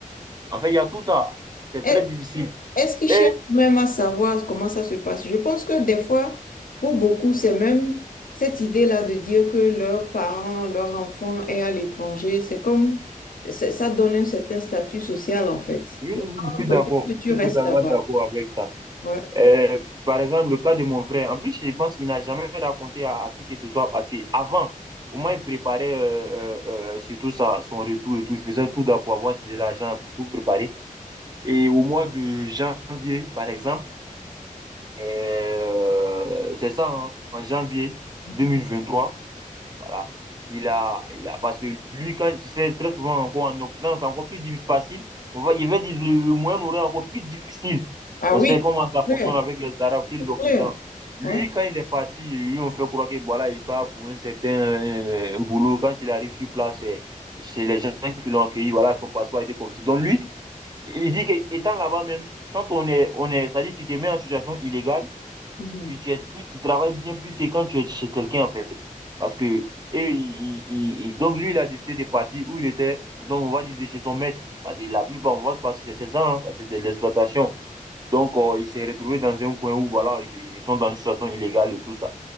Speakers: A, on the right; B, on the left.
A: En fait, il y a tout ça. C'est
B: Est-
A: très difficile.
B: Est-ce qu'ils
A: Et
B: cherchent même à savoir comment ça se passe? Je pense que des fois, pour beaucoup, c'est même cette idée-là de dire que leurs parents, leur enfant est à l'étranger. C'est comme, c'est- ça donne un certain statut social, en fait.
A: oui,
B: Les
A: oui, je suis
B: gens préfèrent
A: d'accord.
B: que tu
A: Je suis
B: restes
A: totalement
B: là-bas.
A: d'accord avec ça.
B: Ouais.
A: Euh, par exemple, le cas de mon frère. En plus, je pense qu'il n'a jamais raconté à, à qui que ce soit parce qu'avant, au moins, il préparait euh, euh, euh, surtout sa, son retour et tout. Il faisait tout d'abord pour avoir de l'argent, pour tout préparer. Et au mois de janvier, par exemple, euh, c'est ça, hein, en janvier
B: Mhm,
A: deux mille vingt trois voilà. Il a, il a, parce que lui, quand tu sais, très souvent encore en Occident, c'est encore plus difficile, facile. On va, il va dire le, le moyen aurait encore plus difficile.
B: Ah
A: On
B: oui,
A: sait comment ça
B: c'est
A: fonctionne
B: clair,
A: avec les Arabes qui est
B: c'est
A: l'Occident.
B: clair.
A: Lui,
B: Ouais.
A: quand il est parti, lui, on fait croire que voilà, il part pour un certain euh, un boulot. Quand il arrive sur place, eh, chez les gens qui l'ont accueilli, voilà, son passeport a été confisqué. Donc lui, il dit que étant là-bas même, quand on est, on est, c'est-à-dire tu te mets en situation illégale,
B: mhm.
A: tu, tu aides plus, tu travailles bien plus que quand tu es chez quelqu'un, en fait. Parce que, et, il, il- il- donc lui, il a décidé de partir où il était, donc on va dire de chez son maître. Parce que la plupart, on va passer, c'est ça, hein, parce que c'est de l'exploitation. Donc, euh, il s'est retrouvé dans un coin où, voilà, ils, ils sont dans une situation illégale et tout ça.